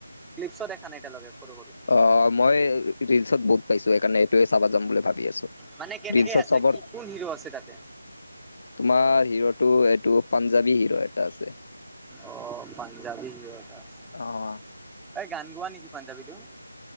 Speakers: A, in the centre; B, on the left.
A: ক্লিপছো দেখা নাই এতিয়া লগে সৰু সৰু
B: অ মই ৰিলচত বহুত পাইছো সেইকাৰণে এইটোয়ে চাবা যাম বুলি ভাবি আছো।
A: মানে কেনেকে
B: ৰিলচত
A: আছে
B: চবৰ
A: কি কোন হিৰো আছে তাতে?
B: তোমাৰ হিৰোটো এইটো পাঞ্জাবী হিৰো এটা আছে।
A: অ পাঞ্জাবী হিৰ এটা আছে
B: অ'।
A: এ গান গোৱা নেকি পাঞ্জাবী টো?